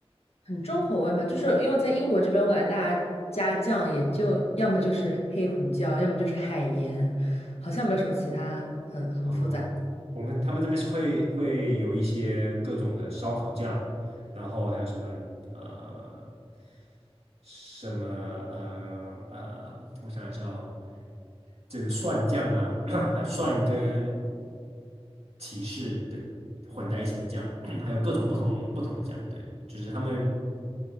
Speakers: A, on the left (about 80°); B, on the right (about 80°).
A: 很重口味嘛，就是因为在英国这边，我感觉大家加酱也就要么就是黑胡椒，要么就是海盐，好像没有什么其他很很复杂。
B: 哦，我们他们这边是会会有一些各种的烧烤酱，然后还有什么呃什么呃呃，我想一下哦，这个蒜酱啊，<clears throat> 还有蒜跟是的混在一起的酱，<clears throat> 还有各种不同不同的酱，对，就是他们